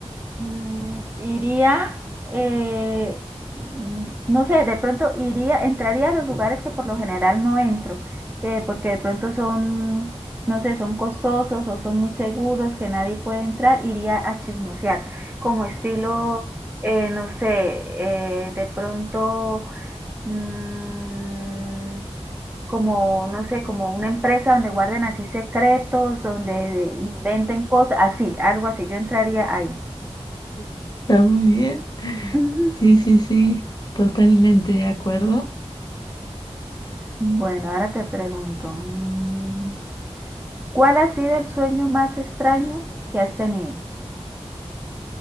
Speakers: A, on the right (about 15°); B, on the left (about 40°).
A: mm, iría, eh, mm, no sé, de pronto iría, entraría a los lugares que por lo general no entro, que porque de pronto son, no sé, son costosos o son muy seguros, que nadie puede entrar, iría a chismosear, como estilo, eh, no sé, eh, de pronto mm, como, no sé, como una empresa donde guarden así secretos, donde inventen cosas, así, algo así, yo entraría ahí.
B: <laughs> Está muy bien.
A: Ujú.
B: Sí, sí, sí, totalmente de acuerdo.
A: Bueno, ahora te pregunto, mm, ¿cuál ha sido el sueño más extraño que has tenido?